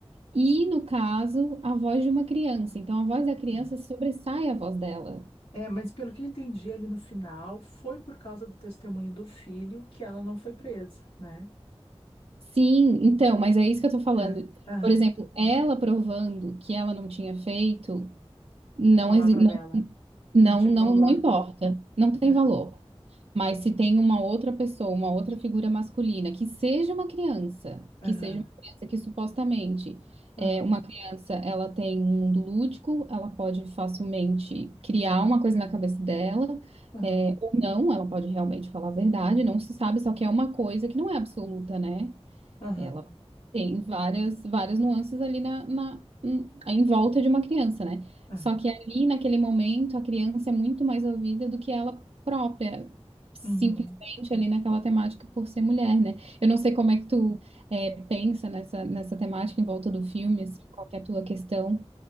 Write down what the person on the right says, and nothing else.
E, no caso, a voz de uma criança. Então, a voz da criança
sobressai a voz dela.
Sim, então, mas é isso que eu tô falando.
Por exemplo, ela provando que ela não tinha feito, não,
exi- não,
não,
não,
não importa, não tem
valor. Mas se tem uma outra pessoa, uma outra figura masculina, que seja uma criança,
que seja uma criança que supostamente
é uma criança, ela tem um mundo lúdico, ela pode facilmente criar uma coisa na cabeça dela,
é, ou não, ela pode realmente falar a verdade, não se sabe, só que é uma coisa que não é absoluta, né?
Ela tem várias, várias nuances ali na, na, hum, em volta de uma criança, né?
Só que ali, naquele momento, a criança é muito mais ouvida do que ela própria, simplesmente
ali naquela temática por ser mulher, né? Eu não sei como é que tu é, pensa nessa, nessa temática em volta do filme, assim, qual que é a tua questão?